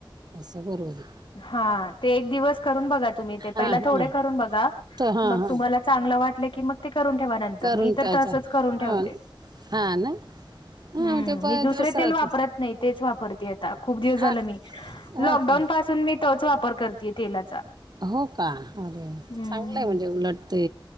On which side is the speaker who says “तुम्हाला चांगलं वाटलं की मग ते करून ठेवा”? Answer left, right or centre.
Left